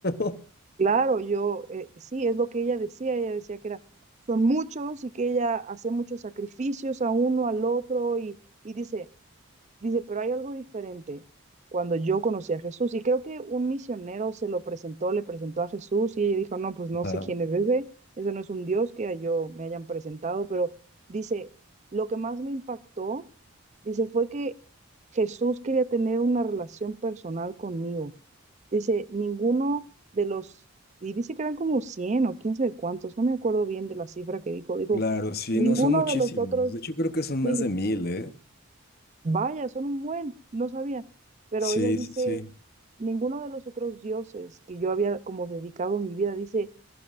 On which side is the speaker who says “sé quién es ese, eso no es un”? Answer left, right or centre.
Right